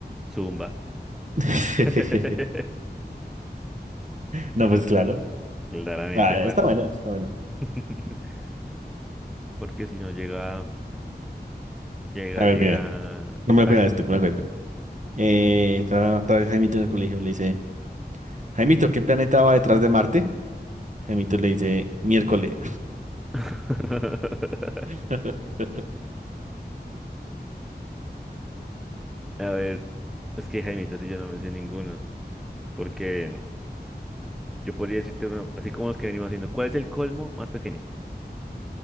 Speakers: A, in the centre; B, on the right.
A: zumba.
B: <laughs>
A: <laughs>
B: No, pues claro.
A: Claramente,
B: Ah,
A: Juan,
B: está bueno, está bueno.
A: <laughs> porque si no llega, mm, llega,
B: A ver,
A: llega,
B: mira, no me
A: a
B: lo
A: ver.
B: cuesta este, me lo cuesta. Eh, está otra vez Jaimito en el colegio, le dice, Jaimito, ¿qué planeta va detrás de Marte? Jaimito le dice, miércoles.
A: <laughs>
B: <laughs>
A: A ver, es que Jaimito, si yo no me sé ninguno, porque yo podría decirte uno, así como los que venimos haciendo, ¿cuál es el colmo más pequeño?